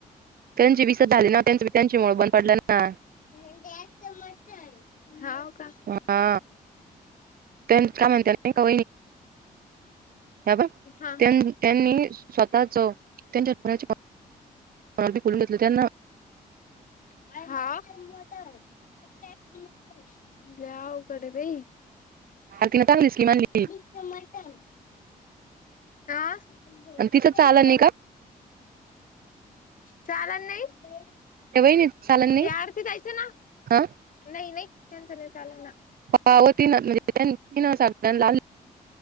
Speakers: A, on the right; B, on the left.
A: त्यांची विसत झाली ना त्यांच त्यांची मळ बंद पडलं ना
B: गॅस मटन हा का.
A: हा त्यां का म्हणता नाही का ह
B: हा
A: त्यांनी स्वतःच त्यांच्या पु मी फुलून घेतलं त्यांना
B: <inaudible> जा आऊ कडे भ
A: आ तीनचालीस कि मनली
B: <inaudible> हा गो
A: आणि तिचं चालन
B: मट
A: नाही का
B: चाला नाही
A: त्या वहिनीचं चालन नाही
B: या आरती दयचं ना
A: हा
B: नाही नाही त्यांचं नाही चालं ना
A: पाव त ना म्हणजेगळ्या लाल